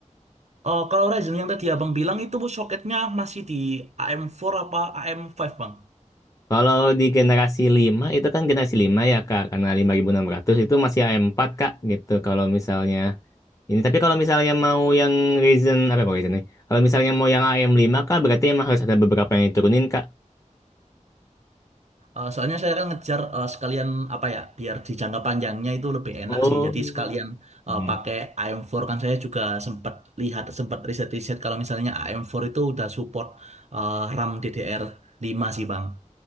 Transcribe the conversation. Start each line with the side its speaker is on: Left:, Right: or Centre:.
Right: Eh, kalau Ryzen yang tadi abang bilang itu soketnya masih di AM4 apa AM5 bang?
Left: Kalau di generasi 5 itu kan generasi 5 ya Kak karena 5600 itu masih A4 Kak gitu kalau misalnya Ini tapi kalau misalnya mau yang Ryzen apa ya, Ryzen nih? Kalau misalnya mau yang am lima, Kak, berarti emang harus ada beberapa yang diturunin Kak.
Right: Eh, soalnya saya kan ngejar eh, sekalian apa ya biar di jangka panjangnya itu lebih enak
Left: Oh.
Right: sih. Jadi sekalian
Left: Hmm.
Right: eh, pakai AM4 kan saya juga sempat lihat sempat riset-riset kalau misalnya AM4 itu udah support eh, RAM DDR5 sih Bang.